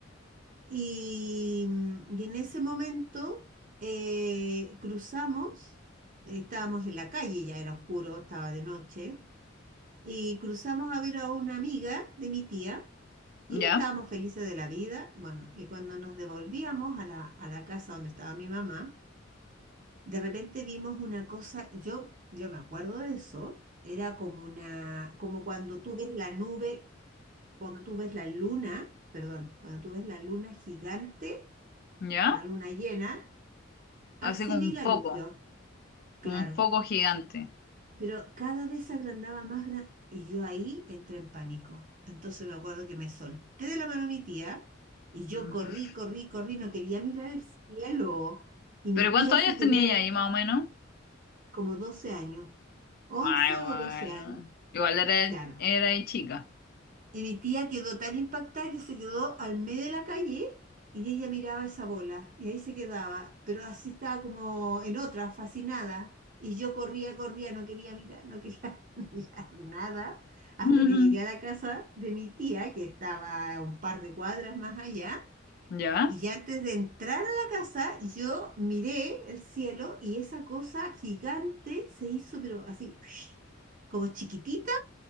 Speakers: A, on the right (about 45°); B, on the left (about 50°).
A: y, mm, y en ese momento eh, cruzamos, eh, estábamos en la calle, ya era oscuro, estaba de noche, y cruzamos a ver a una amiga de mi tía y
B: ¿ya?
A: estábamos felices de la vida. Bueno, y cuando nos devolvíamos a la, a la casa donde estaba mi mamá, de repente vimos una cosa, yo, yo me acuerdo de eso, era como una, como cuando tú ves la nube, cuando tú ves la luna, perdón, cuando tú ves la luna gigante,
B: ¿Ya?
A: la luna llena, así
B: Así como un
A: vi la
B: foco,
A: luz yo, claro,
B: como un foco gigante.
A: pero cada vez se agrandaba más gran- y yo ahí entré en pánico. Entonces me acuerdo que me solté de la mano a mi tía y yo
B: Mm.
A: corrí, corrí, corrí, no quería mirar el cielo y
B: ¿Pero
A: mi
B: cuántos
A: tía
B: años
A: se quedó
B: tenía
A: al
B: ahí más o menos?
A: como 12 años, 11
B: Ah,
A: o 12
B: igual.
A: años,
B: Igual era,
A: claro.
B: era de chica.
A: Y mi tía quedó tan impactada que se quedó al medio de la calle y ella miraba esa bola y ahí se quedaba, pero así estaba como en otra, fascinada. Y yo corría, corría, no quería mirar, no quería <laughs> mirar nada, hasta
B: Ujú.
A: que llegué a la casa de mi tía, que estaba a un par de cuadras más allá.
B: Ya,
A: Y ya antes de entrar a la casa, yo miré el cielo y esa cosa gigante se hizo, pero así, <sniffs> como chiquitita,